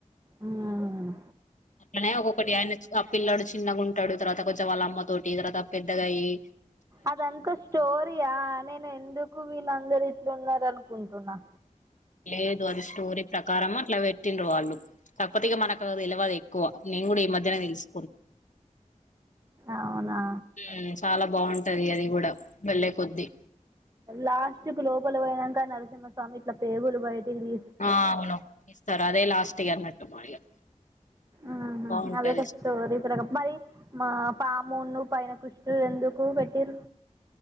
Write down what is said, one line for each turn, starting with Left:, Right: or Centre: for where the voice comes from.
Right: ఉమ్
Left: ఆనే ఒక్కొక్కటి ఆయనచి ఆ పిల్లాడు చిన్నగుంటడు తర్వాత కొంచం వాళమ్మ తోటి తర్వాత పెద్దగయ్యి
Right: అదంత స్టోరీయా నేను ఎందుకు వీళ్ళందరు ఇట్లున్నరనుకుంటున్నా
Left: లేదు అది స్టోరీ ప్రకారం అట్ల పెట్టిండ్రు వాళ్ళు కాక్పోతే ఇగ మనకు తెలవదు ఎక్కువ నేన్ గూడ ఈ మధ్యనే తెలుసు
Right: అవునా
Left: ఉమ్ చాలా బాగుంటది అది గూడ వెళ్లే కొద్ది
Right: లాస్ట్ కు లోపలి పోనాక నరసింహస్వామి ఇట్లా పేగులు బయటికి తీ
Left: ఆ అవును తీస్తారు అదే లాస్ట్ ఇ అన్నట్టు మాడిగా
Right: ఆహా
Left: బాగుంటుది
Right: అదొక స్టోరీ మరి మా పామున్ను పైన కృష్ణుడు ఎందుకు పెట్టిరు